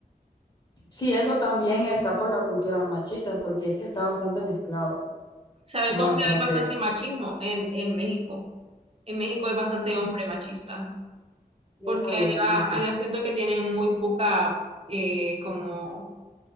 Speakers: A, on the left (about 25°); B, on the right (about 40°).
A: Sí, eso también está por la cultura machista, porque es que está bastante mezclado,
B: ¿Sabes
A: ¿no?
B: dónde
A: Entonces,
B: hay bastante machismo? En, en México. En México hay bastante
A: ujú,
B: hombre machista,
A: vieja
B: porque
A: vida,
B: allá,
A: fíjate.
B: allá siento que tienen muy
A: Ujú.
B: poca, eh, como